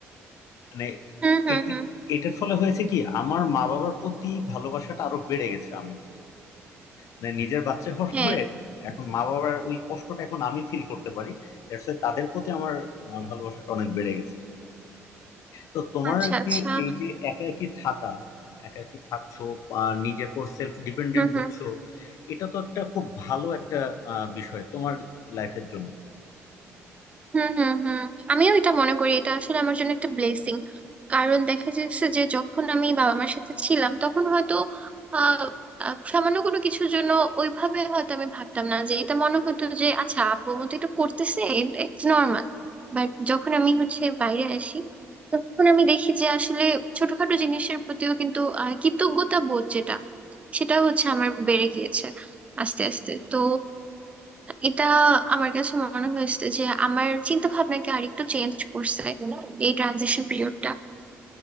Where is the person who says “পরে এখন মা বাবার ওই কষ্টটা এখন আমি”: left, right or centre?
Left